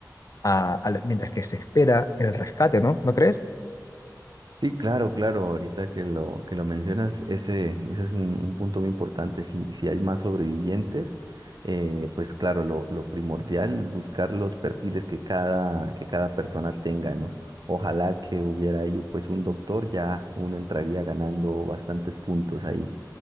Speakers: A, on the left; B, on the right.
A: a- a mientras que se espera el rescate, ¿no? ¿No crees?
B: Sí, claro, claro. Ahorita que lo, que lo mencionas, ese, ese es un, un punto muy importante. Si, si hay más sobrevivientes, eh, pues claro, lo, lo primordial, buscar los perfiles que cada, que cada persona tenga, ¿no? Ojalá que hubiera ahí pues un doctor, ya uno entraría ganando bastantes puntos ahí